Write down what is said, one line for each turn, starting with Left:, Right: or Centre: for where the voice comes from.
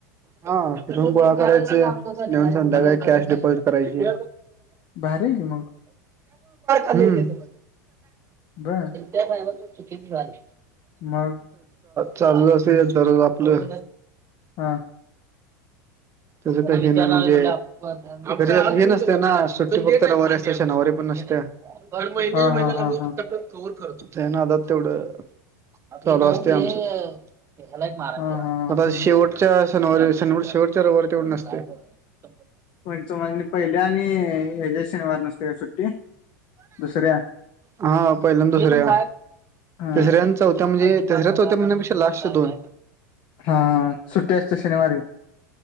Right: हा तिथून गोळा करायच, नवीन संध्याकाळी
Left: हम्म.
Right: कॅश डिपॉजिट करायची.
Left: भारी आहे की मग
Right: हम्म.
Left: बर
Right: काय
Left: मग
Right: चालू अस दररोज आपलं.
Left: हां.
Right: तुझं ते हे म्हणजे री हे नसते ना सुट्टी फक्त रवारी असल्या शनिवारी पण नसत्या. हर महिने
Left: हा
Right: महिन्याला
Left: हा हा
Right: आम्ही
Left: हा
Right: फक्त त्या नादात तेवढं चालू असते आमचं. आ
Left: हा हा हा
Right: शेवटच्या शनिवारी शनिवारी शेवटच्या रविवारी तेवढं नसते. <inaudible>
Left: पंच म्हणजे पहिल्या आणि ह्याच्या शनिवार नसते का सुट्टी दुसऱ्या
Right: हा पहिल्यांद दुसऱ्या
Left: हा
Right: तिसऱ्या चौथ त्या म्हणजे तर्याच चौथ्या म्हणजे कशा लास्ट च्या दोन.
Left: हा सुट्टी असते शनिवारी